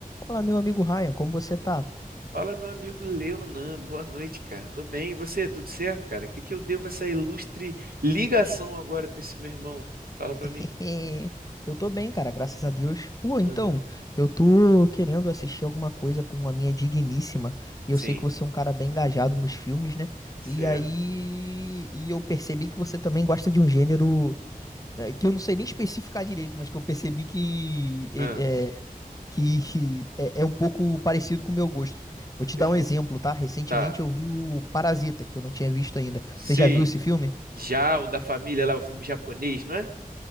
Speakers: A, on the left; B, on the right.
A: Fala, meu amigo Ryan, como você tá?
B: Fala, meu amigo Leonan, boa noite, cara. Tô bem, e você? Tudo certo, cara? O que que eu devo essa ilustre ligação agora com esse meu irmão? Fala
A: <laughs>
B: pra mim.
A: Eu tô bem, cara, graças a Deus. Pô, então,
B: Aham.
A: eu tô querendo assistir alguma coisa com a minha digníssima.
B: Sim,
A: E eu sei que você é um cara bem engajado nos filmes, né?
B: certo.
A: E aí. E eu percebi que você também gosta de um gênero né, que eu não sei nem especificar direito, mas que eu percebi que ele
B: Ah,
A: é, que <laughs> é, é um pouco parecido com o meu gosto. Vou te
B: perfeito.
A: dar um exemplo, tá? Recentemente
B: Tá,
A: eu vi o Parasita, que eu não tinha visto ainda.
B: sei.
A: Você já viu esse filme?
B: Já o da família lá, o filme japonês, não é?